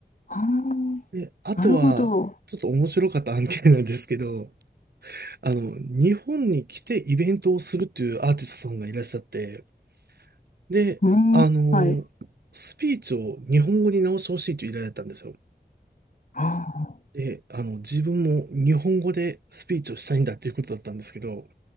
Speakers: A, on the left; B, on the right.
A: あ
B: で、あとは、
A: あ、なるほど。
B: ちょっと面白かった案件なんですけど、<laughs> あの、日本に来てイベントをするっていうアーティストさんがいらっしゃって、で、
A: うーん、
B: あの、
A: はい。
B: スピーチを日本語に直してほしいという依頼だったんですよ。
A: ああ、
B: で、あの、自分も日本語でスピーチをしたいんだということだったんですけど、